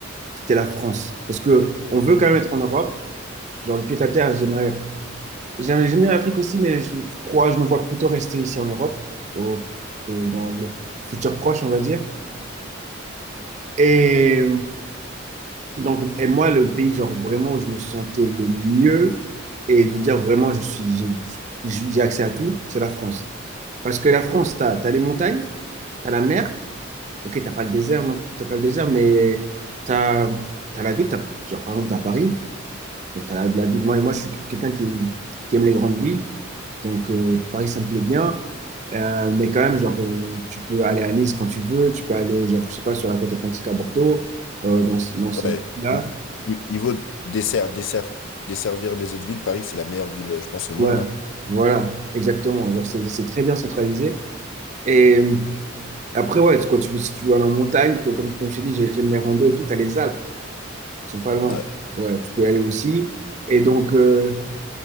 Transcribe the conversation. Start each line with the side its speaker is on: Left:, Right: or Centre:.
Right: c'était la France. Parce que on veut quand même être en Europe. Genre, le pied à terre, j'aimerais. J'aime j'aime bien l'Afrique aussi, mais je crois, je me vois plutôt rester ici en Europe, au- au- dans le futur proche, on va dire. Et. Donc, et moi, le pays, genre, vraiment, où je me sentais le mieux, et je veux dire, vraiment, je suis, j'ai j'ai- j'ai accès à tout, c'est la France. Parce que la France, t'as, t'as les montagnes, t'as la mer, ok, t'as pas le désert, non, t'as pas le désert, mais t'as, t'as la ville, t'as, genre, par exemple, t'as Paris, donc t'as la, la ville, moi, moi, je suis quelqu'un qui, qui aime les grandes villes, donc euh, Paris, ça me plaît bien, Euh, mais quand même, genre, euh, tu peux aller à Nice quand tu veux, tu peux aller, genre, je sais pas, sur la côte atlantique à Bordeaux, euh, dans, ce- dans ce
Left: Ouais,
Right: là
Left: ni- ni- niveau dessert, dessert, desservir les autres villes, Paris, c'est la meilleure ville, je pense, au monde,
Right: Ouais,
Left: hein.
Right: voilà, exactement. Genre, c'est, c'est très bien centralisé. Et euh, après, ouais, quand tu, si tu vas en montagne, quoi, comme, comme je t'ai dit, j'ai- j'aime les randos et tout, t'as les Alpes, ils sont pas loin.
Left: Ouais,
Right: Ouais, tu peux y aller aussi. Et donc, euh,